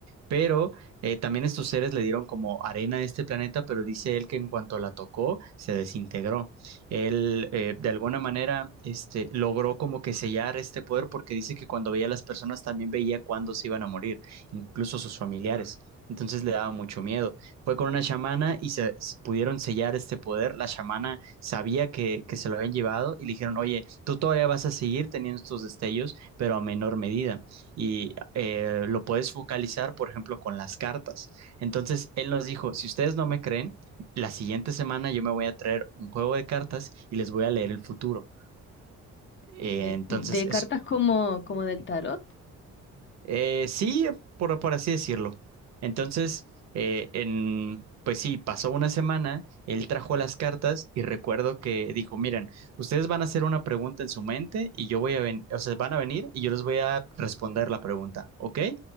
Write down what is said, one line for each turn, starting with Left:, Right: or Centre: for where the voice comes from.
Right: pero eh, también estos seres le dieron como arena a este planeta, pero dice él que en cuanto la tocó se desintegró. Él eh, de alguna manera este, logró como que sellar este poder porque dice que cuando veía a las personas también veía cuándo se iban a morir, incluso sus familiares. Entonces le daba mucho miedo. Fue con una chamana y se s- pudieron sellar este poder. La chamana sabía que, que se lo habían llevado y le dijeron, oye, tú todavía vas a seguir teniendo estos destellos, pero a menor medida. Y eh, lo puedes focalizar, por ejemplo, con las cartas. Entonces, él nos dijo, si ustedes no me creen, la siguiente semana yo me voy a traer un juego de cartas y les voy a leer el futuro. Eh,
Left: De...
Right: entonces,
Left: De cartas
Right: es,
Left: como, como del tarot.
Right: Eh, sí, por, por así decirlo. Entonces, eh, en, pues sí, pasó una semana, él trajo las cartas y recuerdo que dijo, miren, ustedes van a hacer una pregunta en su mente y yo voy a venir, o sea, van a venir y yo les voy a responder la pregunta, ¿ok?